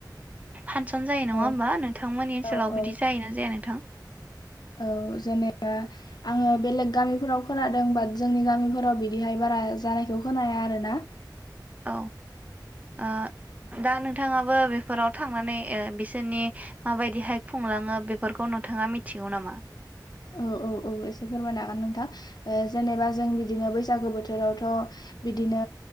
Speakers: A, on the right; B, on the left.
A: फांसन जायो नङा
B: औ
A: होमबा नोंथांमोननि ओनसोलाव
B: औ औ
A: बिदि जायो ना जाया नोंथां?
B: औ जेनेबा आङो बेलेग गामिफोराव खोनादों बाट जोंनि गामिफोराव बिदिहायबा बारा जानायखौ होनाया आरोना।
A: औ ओ दा नोंथाङाबो बेफोराव थांनानै बिसोरनि माबायदिहाय खुंलाङो बेफोरखौ न नोंथाङा मिथिगौ नामा?
B: औ औ औ फोरमायनो होन नोंथां जेनेबा जों बिनो बैसागु बोथोरावथ बिदिनो।